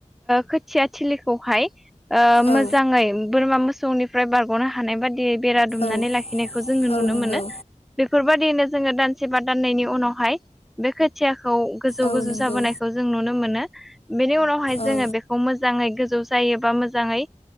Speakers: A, in the centre; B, on the left.
A: खोथिया थिलिखौहाय मोजाङै
B: औ
A: बोरमा मोसौनि। फ्राय बारग'नो हानाय बादियै बेरा दुमनानै
B: औ
A: लाखिनायखौ जोङो नुनो
B: औ नंगौ
A: मोनो। बेफोरबायदिनो जोङो दानसे बा दाननैयनि उनावहाय बे खोथियाखौ गोजौ
B: औ
A: गोजौ
B: नंगौ
A: जाबोनाय। खौ जों नुनो मोनो बेनि उनावहाय जोङो
B: औ
A: बेखौ मोजाङै गोजौ जायोबा मोजाङै।